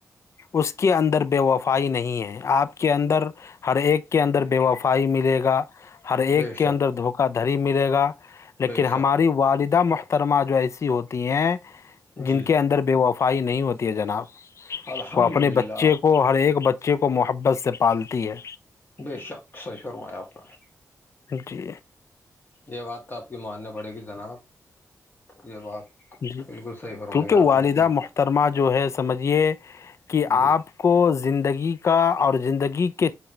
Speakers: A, on the left (about 50°); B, on the left (about 35°).
A: اس کے اندر بے وفائی نہیں ہے آپ کے اندر ہر ایک کے اندر بے وفائی ملے گا ہر ایک
B: بے شک
A: کے اندر دھوکہ دھڑی ملے گا لیکن
B: بے شک
A: ہماری والدہ مخ ترما جو ایسی ہوتی ہیں جن
B: جی
A: کے اندر بے وفائی نہیں ہوتی ہے جناب
B: الحمد
A: وہ اپنے
B: للہ
A: بچے کو ہر ایک بچے کو محبت سے پالتی ہے
B: بے شک سہی فرمایا آپ نے
A: جی
B: یہ بات تو آپ کی ماننی پڑے گی جناب یہ بات
A: جی
B: بالکل صحیح فرمایا
A: کیونکہ
B: آپ
A: والدہ
B: نے کہ
A: محترمہ جو ہے سمجھیے کہ
B: جی
A: آپ کو زندگی کا اور زندگی کے